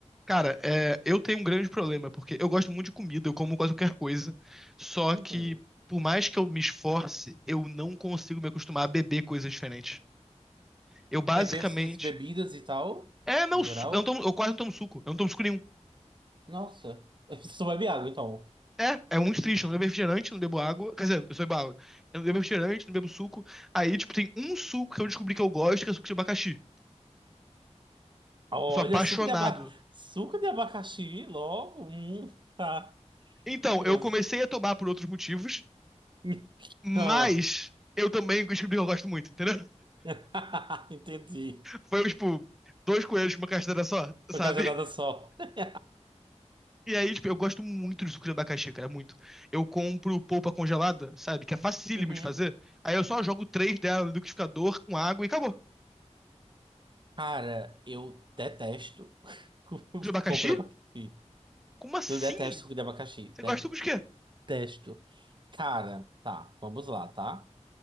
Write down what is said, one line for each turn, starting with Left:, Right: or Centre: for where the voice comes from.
Centre: Cara, é, eu tenho um grande problema, porque eu gosto muito de comida, eu como quase qualquer coisa, só
Right: Uhum.
Centre: que por mais que eu me esforce, eu não consigo me acostumar a beber coisas diferentes. Eu basicamente.
Right: Beber, você disse bebidas e tal,
Centre: É, não,
Right: em geral.
Centre: su- eu, não tomo- eu quase não tomo suco, eu não tomo suco nenhum.
Right: Nossa, <laughs> você só bebe água, então.
Centre: É, é muito triste, eu não bebo refrigerante, não bebo água, quer dizer, eu sou água. Eu não bebo refrigerante, não bebo suco. Aí, tipo, tem um suco que eu descobri que eu gosto, que é suco de abacaxi.
Right: Olha,
Centre: Eu sou apaixonado.
Right: suco de, aba... suco de abacaxi, logo. Hum, tá,
Centre: Então,
Right: curioso.
Centre: eu comecei a tomar por outros motivos,
Right: <laughs>
Centre: mas
Right: Ah.
Centre: eu também descobri que eu gosto muito, entendeu?
Right: <laughs> Entendi.
Centre: Foi, tipo, dois coelhos com uma castanha só,
Right: Foi
Centre: sabe?
Right: cajadada só. <laughs>
Centre: E aí, tipo, eu gosto muito de suco de abacaxi, cara, muito. Eu compro polpa congelada, sabe? Que é facílimo
Right: Uhum.
Centre: de fazer. Aí eu só jogo três dela no liquidificador com água e acabou. Suco
Right: Cara, eu detesto <laughs>
Centre: de abacaxi?
Right: polpa de abacaxi.
Centre: Como assim?
Right: Eu detesto suco de abacaxi.
Centre: Você gosta de suco de quê?
Right: Detesto. Cara, tá, vamos lá, tá?